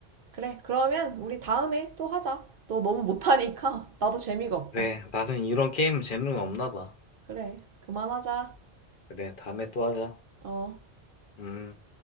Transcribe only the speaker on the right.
그래. 그러면 우리 다음에 또 하자. 너 너무 못하니까 나도 재미가 없다.
그래. 그만하자.
어.